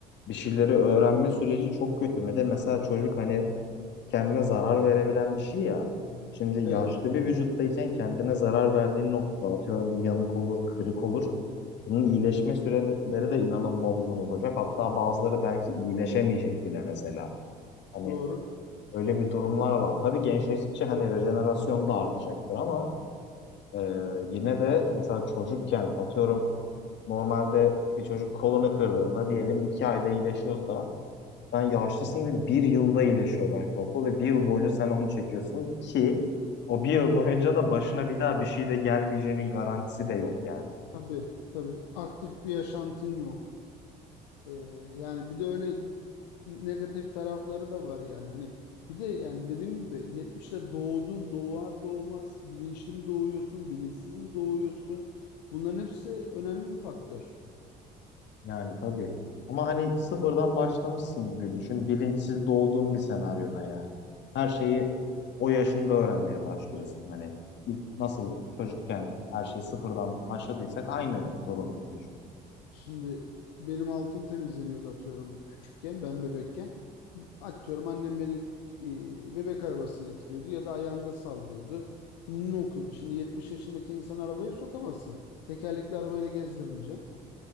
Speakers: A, on the left (about 60°); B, on the left (about 85°).
A: Bir şeyleri öğrenme süreci çok kötü. Bir de mesela çocuk hani kendine zarar verebilen bir şey ya. Şimdi yaşlı
B: Evet,
A: bir vücuttayken kendine zarar verdiğin noktada atıyorum bir yanık olur, kırık olur. Bunun iyileşme süreleri de inanılmaz uzun olacak. Hatta bazıları belki iyileşemeyecek bile mesela. Hani
B: doğru.
A: öyle bir durumlar var. Tabii gençleştikçe hani rejenerasyon da artacaktır ama e, yine de mesela çocukken atıyorum normalde bir çocuk kolunu kırdığında diyelim iki ayda iyileşiyorsa sen yaşlısın ve bir yılda iyileşiyor belki o kol ve bir yıl boyunca sen onu çekiyorsun ki o bir yıl boyunca da başına bir daha bir şey de gelmeyeceğinin garantisi de yok yani.
B: Tabii, tabii. Aktif bir yaşantın yok. Ee, yani bir de öyle negatif tarafları da var yani. Hani bir de yani dediğim gibi 70'te doğdun, doğar doğmaz bilinçli mi doğuyorsun, bilinçsiz mi doğuyorsun? Bunların hepsi önemli bir faktör.
A: Yani tabii. Ama hani sıfırdan başlamışsın gibi düşün. Bilinçsiz doğduğun bir senaryoda yani. Her şeyi o yaşında öğrenmeye başlıyorsun. Hani ilk nasıl çocukken her şeyi sıfırdan başladıysak aynı durum gibi düşün.
B: Şimdi benim altım temizleniyordu atıyorum küçükken, ben bebekken. Atıyorum annem beni e, bebek arabasına yatırıyordu ya da ayağında sallıyordu. Ninni okuyordu. Şimdi 70 yaşındaki insan arabaya sokamazsın. Tekerlekli arabayla gezdirmeyeceksin.